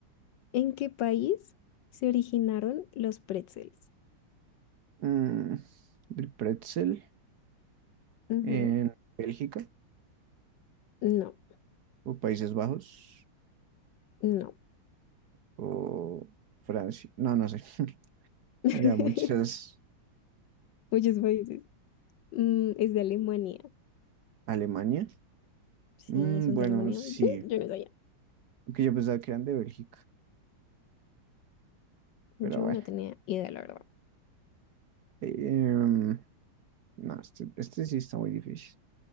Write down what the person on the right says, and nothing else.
mm, el pretzel
en Bélgica
o Países Bajos
o Francia. No, no sé. <laughs>
Ya muchas.
Alemania.
Mm,
bueno,
sí.
Que yo pensaba que eran de Bélgica, pero
bueno.
Em, no, este, este sí está muy difícil.